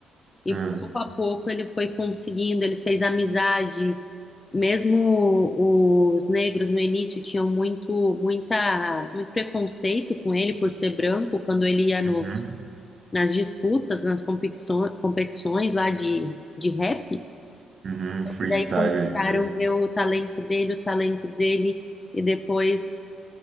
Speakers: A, on the left (about 25°); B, on the right (about 40°).
A: E
B: Aham.
A: pouco a pouco ele foi conseguindo, ele fez amizade. Mesmo os negros no início tinham muito, muita, muito preconceito com ele por ser branco, quando ele ia no,
B: Uhum.
A: nas disputas, nas competições, competições lá de, de rap.
B: Uhum. Freestyle
A: Daí começaram
B: aí. né?
A: a ver o talento dele, o talento dele, e depois